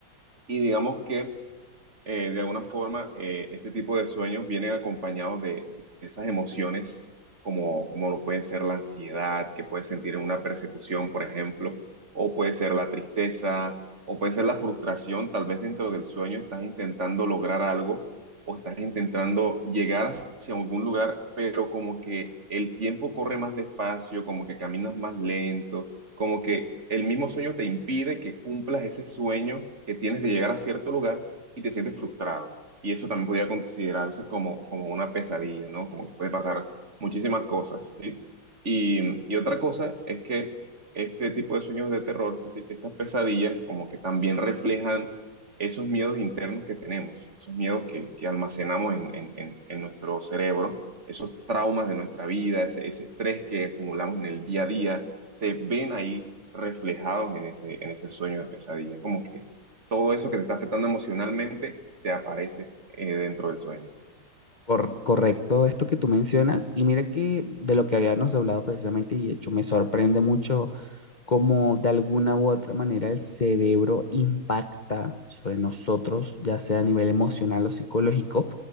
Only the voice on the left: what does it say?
Cor- correcto esto que tú mencionas. Y mira que de lo que habíamos hablado precisamente, y de hecho me sorprende mucho como de alguna u otra manera el cerebro impacta sobre nosotros, ya sea a nivel emocional o psicológico,